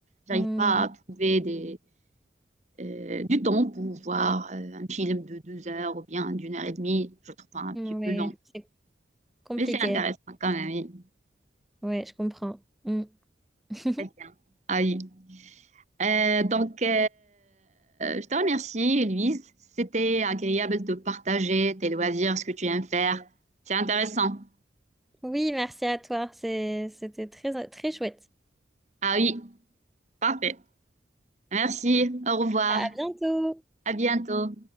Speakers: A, on the right; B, in the centre.
A: j'arrive
B: Mm.
A: pas à trouver des, euh, du temps pour voir euh, un film de deux heures ou bien d'une heure et demie. Je trouve ça un
B: Ouais,
A: petit peu long.
B: c'est compliqué.
A: Mais c'est intéressant quand même, oui.
B: Ouais, je comprends. Mm. <laughs>
A: Très bien. Ah oui. Euh, donc, euh, je te remercie, Louise. C'était agréable de partager tes loisirs, ce que tu aimes faire. C'est intéressant.
B: Oui, merci à toi. C'est- c'était très, très chouette.
A: Ah oui, parfait. Merci, au revoir.
B: À bientôt.
A: À bientôt.